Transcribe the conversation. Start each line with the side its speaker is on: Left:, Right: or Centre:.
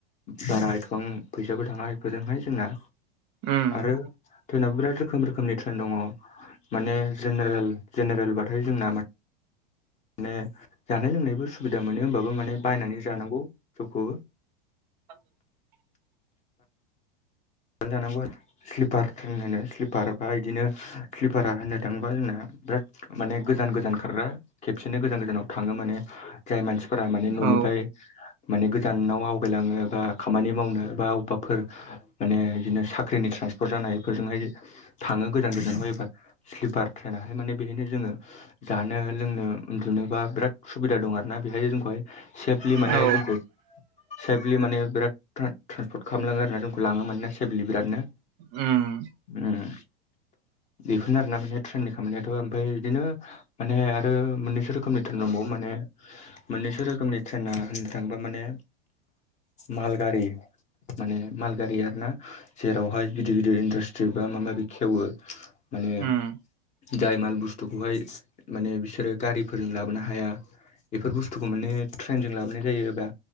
Left: बारा एसेबां फैसाबो थाङा बेफोरजोंहाय जोंना
Right: उम
Left: आरो ट्रेनाबो बिराद रोखोम रोखोमनि ट्रेन दङ। माने जेनेरेल जेनेरेलबथाय जोंना मा ने जानाय लोंनायबो सुबिदा मोनो होमबाबो माने बायनानै जानांगौ सबखौबो
Right: <inaudible>
Left: जानांगौ आरो स्लिपार ट्रेन होनो स्लिपार बा बिदिनो स्लिपारा होनो थाङोबा जोंना बिराद माने गोजान गोजान खारग्रा खेबसेनो गोजान गोजानाव थाङो माने जाय मानसिफोरा माने न'निफ्राय
Right: औ
Left: माने गोजानाव आवगायलाङो बा खामानि मावनो बा अबेबाफोर माने बिदिनो साख्रिनि ट्रेसफार जानाय बेफोरजोंहाय थाङो गोजान गोजानाव एबा स्लिपार ट्रेेनहाय माने बेहायनो जोङो जानो लोंनो उन्दुनोबा बिराद सुबिदा दं आरोना बेहाय जोंखौहाय सेफलि माने
Right: औ
Left: जोंखौ सेफलि माने बिराद ट्रेन्सपर्ट खालामलाङो आरोना जों खौ लाङो मान्ना सेभेलि बिरादनो
Right: उम
Left: उम। बेफोरनो आरोना माने ट्रेननि खामानियाथ' ओमफाय इदिनो माने आरो मोननैसो रोखोमनि ट्रेन दंबावो माने मोननैसो रोखोमनि ट्रेना होननो थाङोबा माने मालगारि माने मालगारि आरोना जेरावहाय गिदिर गिदिर इन्डास्ट्रि बा माबा माबि खेवो माने
Right: उम
Left: जाय माल बुस्थुखौहाय माने बिसोरो गारिफोरजों लाबोनो हाया। बेफोर बुस्थुखौ माने ट्रेनजों लाबोनाय जायोबा